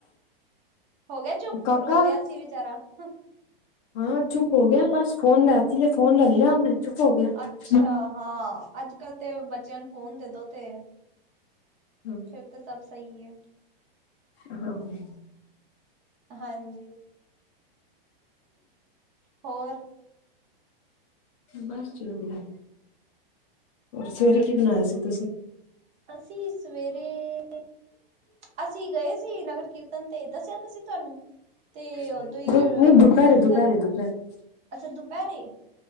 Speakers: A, on the right (about 25°); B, on the left (about 35°).
A: ਹੋ ਗਿਆ ਚੁੱਪ,
B: ਕਾਕਾ
A: ਰੋ ਰਿਹਾ ਸੀ ਵਿਚਾਰਾ। <unintelligible>
B: ਹਾਂ, ਚੁੱਪ ਹੋ ਗਿਆ ਬਸ, ਫੋਨ ਲੈਤੀ ਐ ਫੋਨ ਲੈ ਲਿਆ ਉਹਨੇ। ਚੁੱਪ ਹੋ ਗਿਆ
A: ਅੱਛਾ
B: ਹਾਂ
A: ਹਾਂ, ਅੱਜ ਕੱਲ ਤੇ ਬ ਬੱਚਿਆ ਨੂੰ ਫੋਨ ਦੇਦੋ ਤੇ
B: ਹਾਂ
A: ਫੇਰ ਤੇ ਸਭ ਸਹੀ ਆ।
B: ਹਾਂ-ਹਾਂ।
A: ਹਾਂਜੀ, ਹੋਰ
B: ਬਸ ਚਲ ਰਿਹਾ ਏ। ਹੋਰ ਸਵੇਰੇ ਕੀ ਬਣਾਇਆ ਸੀ ਤੁਸੀਂ?
A: ਅਸੀਂ ਸਵੇਰੇ, ਅਸੀਂ ਗਏ ਸੀ ਨਗਰ ਕੀਰਤਨ ਤੇ ਦੱਸਿਆ ਤੇਸੀ ਤੁਹਾਨੂੰ, ਤੇ ਉਦੋਂ
B: ਨਹੀਂ
A: ਹੀ ਜੋ
B: ਨਹੀਂ ਦੁਪਹਿਰੇ
A: ਲੰਗਰ,
B: ਦੁਪਹਿਰੇ ਦੁਪਹਿਰੇ
A: ਅੱਛਾ ਦੁਪਹਿਰੇ,